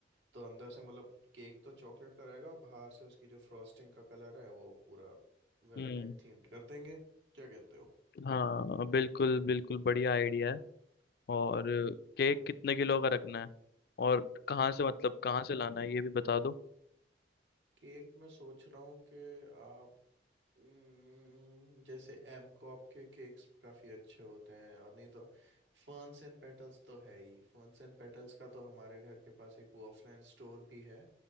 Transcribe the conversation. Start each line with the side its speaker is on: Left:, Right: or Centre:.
Right: तो अंदर से मतलब केक तो चॉकलेट का रहेगा और बाहर से उसकी जो फ्रॉस्टिंग का कलर है वो पूरा वेलोरेंट
Left: हम्म
Right: थीम्ड कर देंगे क्या कहते हो
Left: हाँ बिल्कुल बिल्कुल बढ़िया आइडिया है और केक कितने किलो का रखना है और कहाँ से मतलब कहाँ से लाना है ये भी बता दो
Right: केक मैं सोच रहा हूँ कि आप हम्म, जैसे एम कॉप के केक्स काफ़ी अच्छे होते हैं और नहीं तो फर्न्स एंड पेटल्स तो है ही फर्न्स एंड पेटल्स का तो हमारे घर के पास एक वो ऑफलाइन स्टोर भी है